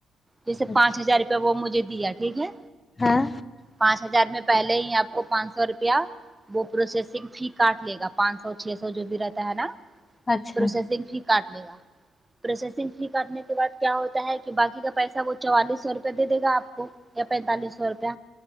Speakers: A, on the right; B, on the left.
A: جیسے
B: اچھا
A: پانچ ہزار روپیہ وہ مجھے دیا ٹھیک ہے
B: ہاں
A: پانچ ہزار میں پہلے ہی آپ کو پانچ سو روپیہ وہ پروسیسنگ فی کاٹ لے گا پانچ سو چھ سو جو بھی رہتا ہے نا
B: اچھا
A: پروسیسنگ فی کاٹ لے گا پروسیسنگ فی کاٹنے کے بعد کیا ہوتا ہے کہ باقی کا پیسا وہ چوالیس سو روپیہ دے دے گا آپ کو یا پینتالیس سو روپیہ